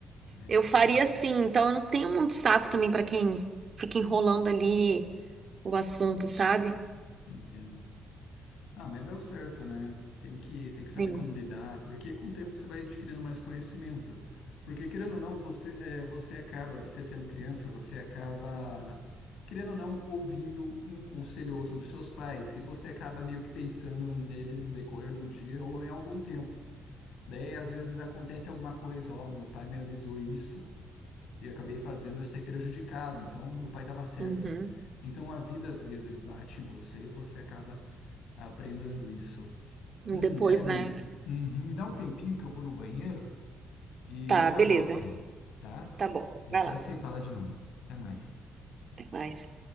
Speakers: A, on the left (about 80°); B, on the right (about 40°).
A: Essa
B: Eu faria
A: é a verdade.
B: assim, então eu não tenho muito saco também pra quem fica enrolando ali o assunto, sabe?
A: Entendo. Ah, mas é o certo, né? Tem que, tem
B: Sim.
A: que saber como lidar, porque com o tempo você vai adquirindo mais conhecimento. Porque, querendo ou não, você, é, você acaba, você sendo criança, você acaba, querendo ou não, ouvindo um conselho ou outro dos seus pais, e você acaba meio que pensando nele no decorrer do dia ou em algum tempo. Daí, às vezes, acontece alguma coisa, ó, meu pai me avisou isso e eu acabei fazendo, eu saí prejudicado, então meu pai estava certo.
B: Uhum.
A: Então a vida às vezes bate em você e você acaba aprendendo isso. Hum,
B: E Depois,
A: Evelyn,
B: né?
A: uhum, me dá um tempinho que eu vou no banheiro e
B: Tá,
A: eu já
B: beleza.
A: volto aí, tá?
B: Tá bom.
A: E
B: Vai
A: já
B: lá,
A: sei falar de novo. Até mais.
B: até mais.